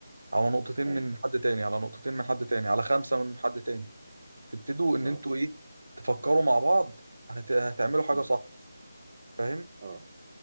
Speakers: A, on the right; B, on the right.
A: على نقطتين من
B: ايوه
A: حد تاني على نقطتين من حد تاني على خمسة من حد تاني هتبتدوا ان
B: اه
A: انتوا ايه تفكروا مع بعض هت... هتعملوا حاجة
B: مم.
A: صح فاهم
B: اه